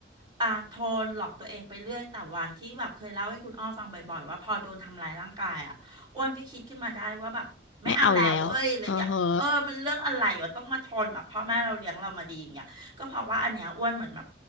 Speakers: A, on the right; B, on the left.
A: อ่ะทนหลอกตัวเองไปเรื่อยแต่วันที่แบบเคยเล่าให้คุณอ้อฟังบ่อยๆว่าพอโดนทำร้ายร่างกายอ่ะอ้วนก็คิดขึ้นมาได้ว่าแบบไม่เอาแล้วเว้ยเลยอ่ะเออมันเรื่องอะไรวะต้องมาทนแบบพ่อแม่เราเลี้ยงเรามาดีอย่างเงี้ยก็เพราะว่าอันเนี้ยอ้วนเหมือนแบบ
B: ไม่เอาแล้วอ่าฮะ